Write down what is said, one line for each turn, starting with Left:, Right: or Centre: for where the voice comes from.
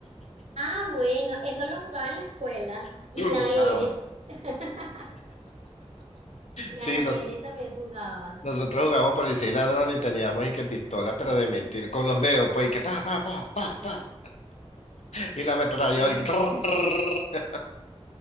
Right: Ah, bueno, eso lo jugaba en la escuela.
Left: <clears throat>
Right: Y la ERE.
Left: Ah, bueno.
Right: <laughs> Y
Left: Sí,
Right: a la
Left: nos-
Right: ERE también jugaba.
Left: nosotros jugábamos policía y ladrones y teníamos y que pistolas, pero de mentira, con los dedos, pues, y que pa, pa, pa, pa, pa. Y la ametralladora
Right: Ay,
Left: y que trrrr.
Right: no.